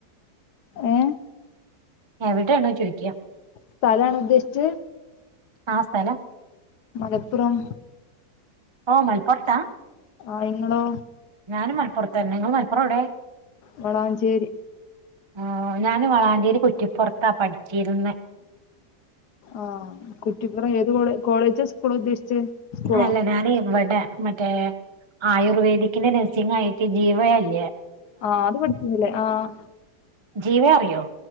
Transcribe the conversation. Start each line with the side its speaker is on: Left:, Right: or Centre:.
Left: ഏ
Right: ഞ എവിടെയാണോ ചോയിക്കാം
Left: സ്ഥലാണ് ഉദ്ദേശിച്ചത്
Right: ആ സ്ഥല
Left: മലപ്പുറം
Right: ഓ മലപ്പുറത്താ
Left: ആ ഇങ്ങളോ
Right: ഞാൻ മലപ്പുറത്തന്നെ നിങ്ങൾ മലപ്പുറം എവിടെ
Left: വളാഞ്ചേരി
Right: ആ ഞാന് വളാഞ്ചേരി കുറ്റിപ്പുറത്താ പഠിച്ചിരുന്നെ
Left: ആഹ് കുട്ടിപ്പ്ര എഏത് കോളേജസ് കോളേ <unintelligible> സ്കൂളോ
Right: അല്ല ഞാന് വടെ മറ്റേ ആയോ ആയുർവേദിക്കിന്റെ നഴ്സിംഗ് ആയിട്ട് ജീവയല്ല
Left: ആഹ് അത് പഠിച്ചുന്നല്ലേ ആഹ്
Right: ജീവയെ അറിയോ